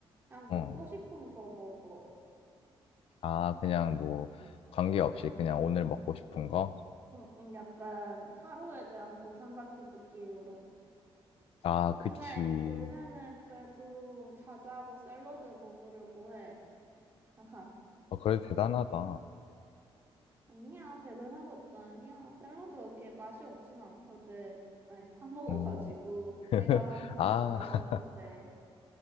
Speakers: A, on the right; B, on the left.
A: 그냥
B: 어.
A: 먹고 싶은 거 먹어.
B: 아, 그냥 뭐 관계없이 그냥 오늘 먹고 싶은 거?
A: 응, 응, 약간 하루에 대한 보상 같은 느낌으로.
B: 아,
A: 근데
B: 그치.
A: 요새는 그래도 자자하고 샐러드 먹으려고 해. 아하.
B: 아, 그래도 대단하다.
A: 아니야, 대단한 것도 아니야. 샐러드 그렇게 맛이 없진 않거든. 아니, 사 <laughs>
B: 음.
A: 먹어가지고.
B: <laughs>
A: 내가 만든
B: 아,
A: 거는 맛없는데.